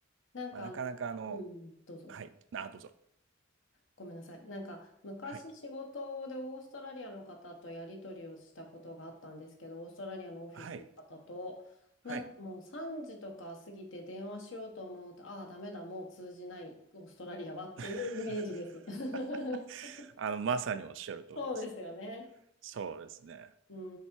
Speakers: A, on the left; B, on the right.
A: なんかあの、
B: まあ、なかなかあの、
A: うん、どうぞどうぞ。
B: はい、あ、どうぞ。
A: ごめんなさい。なんか昔仕事でオーストラリアの方とやり取りをしたことがあったんですけど、
B: はい、
A: オーストラリアのオフィスの方と、
B: はい、はい。
A: なんかもう3時とか過ぎて電話しようと思うと、ああ、ダメだ、もう通じない、オーストラリアはっていうイメージです。
B: <laughs>
A: <laughs>
B: <laughs> あの、まさにおっしゃる通りです。
A: そうですよね。
B: そうですね。
A: う